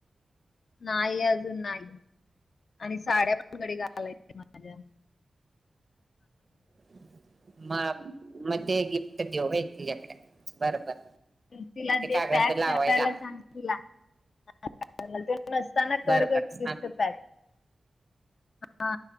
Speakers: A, on the left; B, on the right.
A: नाई अजून नाई आणि साड्या पण घडी घालायच्या माझ्या.
B: <inaudible> म म ते गिफ्ट देऊ व्हय तिज्याकडं बर बर.
A: तर तिला ते
B: कागद
A: पॅक
B: लावायला
A: करायला सांग तिला. हा हालचल सताना
B: बर
A: कर
B: बर
A: ग गिफ्ट
B: सांग
A: पॅक. हा